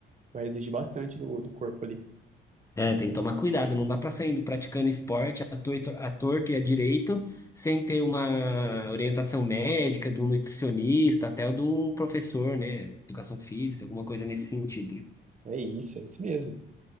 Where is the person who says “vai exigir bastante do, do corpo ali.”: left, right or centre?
Right